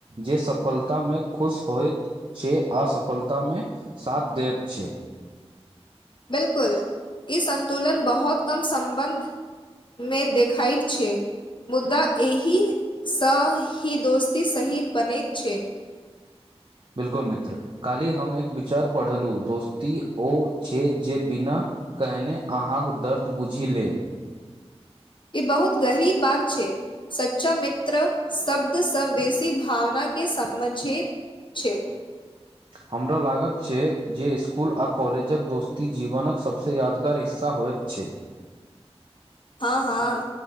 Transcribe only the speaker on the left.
बिल्कुल ई संतुलन बहुत कम सम्बन्धमे देखाइत छै मुद्दा एहिसँ ही दोस्ती सही बनैत छै।
ई बहुत गहरी बात छै, सच्चा मित्र शब्दसँ बेसी भावनाके समझैत छै।
हँ हँ,